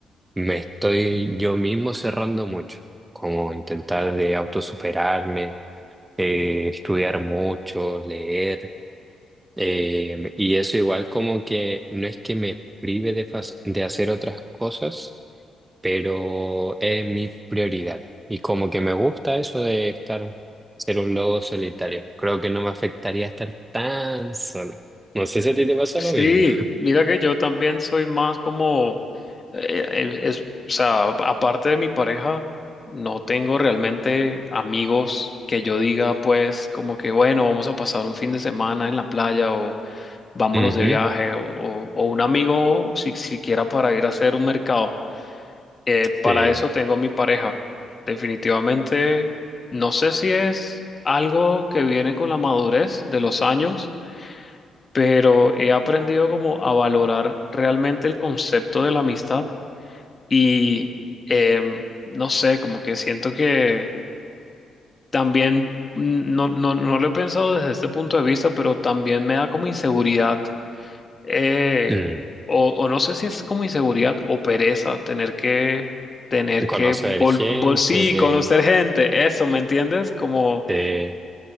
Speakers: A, on the right; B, on the left.
A: me estoy yo mismo cerrando mucho, como intentar de autosuperarme, eh, estudiar mucho, leer. Eh, y eso igual como que no es que me prive de, fas- de hacer otras cosas, pero es mi prioridad. Y como que me gusta eso de estar, ser un lobo solitario. Creo que no me afectaría estar tan solo. No sé si a ti te pasa
B: Sí,
A: lo mismo. <laughs>
B: mira que yo también soy más como, eh, eh, es, o sea, aparte de mi pareja, no tengo realmente amigos que yo diga, pues, como que, bueno, vamos a pasar un fin de semana en la playa o vámonos
A: Ujú,
B: de viaje o, o- o un amigo si, siquiera para ir a hacer un mercado. Eh, para
A: sí.
B: eso tengo a mi pareja. Definitivamente, no sé si es algo que viene con la madurez de los años pero he aprendido como a valorar realmente el concepto de la amistad y em, no sé, como que siento que también mm, no, no, no lo he pensado desde este punto de vista, pero también me da como inseguridad eh,
A: Mm.
B: o, o no sé si es como inseguridad o pereza tener que tener
A: Conocer
B: que vol,
A: gente
B: vol- sí,
A: de,
B: conocer gente, eso, ¿me entiendes? Como,
A: de-